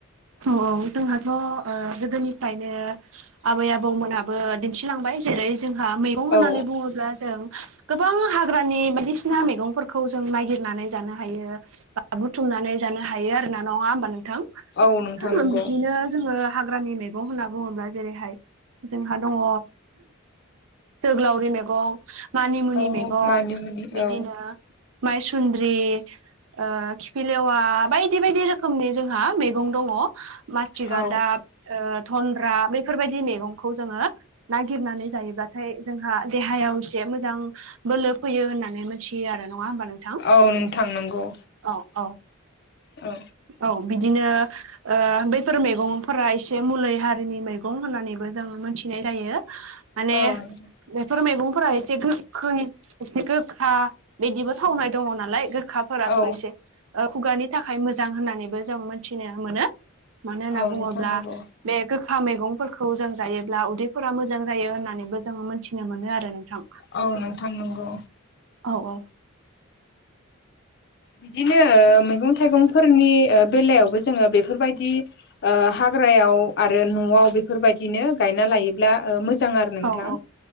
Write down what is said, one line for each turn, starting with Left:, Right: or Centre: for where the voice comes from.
Right: औ औ जोंहाथ' ओ गोदोनिफ्रायनो आबै आबौमोनाबो दिन्थिलांबाय। जेरै जोंहा मैगं
Left: औ
Right: होननानै बुङोब्ला जों गोबां हाग्रानि बायदिसिना मेगंफोरखौ जों नागिरनानै जानो हायो। बा बुथुमनानै जानो हायो आरो ना नङा होमबा नोंथां?
Left: औ नोंथां नंगौ
Right: बिदिनो जोङो हाग्रानि मे गौ होनना बुङोब्ला जेरैहाय जोंहा दङ। जोग्लावरि मेगं मानिमुनि
Left: औ
Right: मैगं
Left: मानि मुनि
Right: बिदिनो
Left: औ
Right: माइसुन्द्रि ओ खिफिलेवा बायदि बायदि रोखोमनि जोंहा मे गं दङ माथि गालदा
Left: औ
Right: ओ थनद्रा बैफोरबायदि मैगंखौ जोङो नागिरनानै जायोब्लाथाय जोंहा देहायाव एसे मोजां बोलो फैयो होननानै मोनथियो आरो नङा होमबा नोंथा?
Left: औ नोंथां नंगौ।
Right: औ औ
Left: औ
Right: औ बिदिनो ओ बैफोर मेगंफोरा एसे मलै हारिनि मैगं होननानैबो जों मोनथिनाय जायो। माने
Left: औ नोंथां
Right: बेफोर मेगंफोरा एसे गोखै एसे गोखा बिदिबो थावनाय दङ नालाय गोख खाफोराथ'
Left: औ
Right: एसे ओ खुगानि थाखाय मोजां होननानैबो जों मोनथिनो मोनो। मानो होनना
Left: औ
Right: बुङोब्ला।
Left: नोंथां नंगौ
Right: बे गोखा मेगंफोरखौ जों जायोब्ला उदैफोरा मोजां जायो होननानैबो जोङो मोनथिनो मोनो आरो नोंथां।
Left: औ नोंथां नंगौ।
Right: औ औ
Left: बिदिनो ओ मैगं थाइगंफोरनि ओ बेलायावबो जोङो बेफोरबायदि ओ हाग्रायाव आरो न'आव बेफोरबायदिनो गायना लायोब्ला ओ मोज जां आरो नोंथां।
Right: औ औ